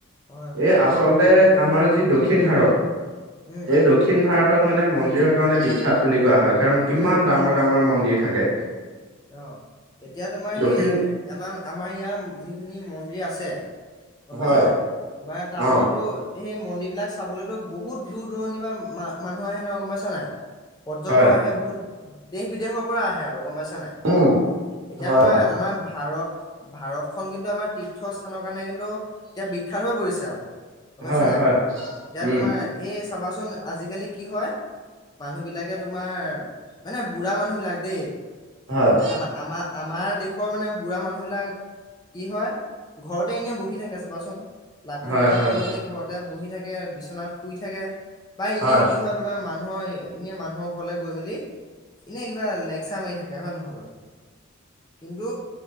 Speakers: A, on the left; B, on the right.
A: হয়, হয়,
B: এই আচলতে-
A: হয়,
B: আমাৰ যি দক্ষিণ ভাৰত
A: উম।
B: এই দক্ষিণ ভাৰতক মানে মন্দিৰৰ কাৰণে বিখ্যাত বুলি কোৱা হয় কাৰণ
A: বিখ্যাত
B: কিমান
A: বিখ্যাত
B: ডাঙৰ ডাঙৰ মন্দিৰ থাকে
A: অ এতিয়া তোমাৰ
B: দক্ষিণ
A: সেই আমাৰ আমাৰ ইয়াৰ যিখিনি মন্দিৰ আছে গম
B: হয়
A: পাইছা নাই তোমাৰ তাৰ
B: অ
A: পৰাতো সেই মন্দিৰ বিলাক চাবলেতো বহুত দূৰ দূৰণিৰ পা মা মানুহ আহে নহয় গম পাইছা নাই পৰ্যটক
B: হয়
A: আহে বহুত দেশ বিদেশৰ পৰা আহে আৰু গম পাইছা নাই
B: উম
A: এতিয়া
B: হয়
A: তোমাৰ
B: হয়।
A: আমাৰ ভাৰত ভাৰতখন কিন্তু আমাৰ তীৰ্থস্থানৰ কাৰণে কিন্তু এতিয়া বিখ্যাত হৈ পৰিছে আকৌ গম পাইছা
B: হয়
A: নাই
B: হয়
A: এতিয়া
B: উম।
A: তোমাৰ এ চাবাচোন আজিকালি কি হয় মানুহবিলাকে তোমাৰ মানে বুঢ়া মানুহবিলাক দেই
B: হয়
A: আমা আমাৰ দেশৰ মানে বুঢ়া মানুহবিলাক কি হয় ঘৰতে এনেই বহি থাকে চাবাচোন লাখুটি
B: হয়
A: এডাল
B: হয়
A: লৈ মেলি ঘৰতে বহি থাকে বিচনাত শুই থাকে বা এনেই
B: হয়
A: কিহত তোমাৰ মানুহৰ এনে মানুহৰ ঘৰলে গৈ মেলি এনে কিবা লেকচাৰ মাৰি থাকে হয় নহয় বাৰু কিন্তু